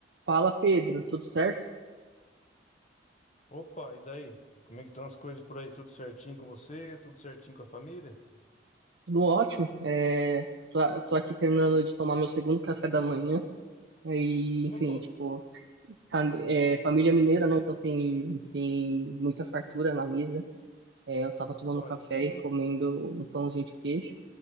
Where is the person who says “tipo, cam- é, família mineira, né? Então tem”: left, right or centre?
Right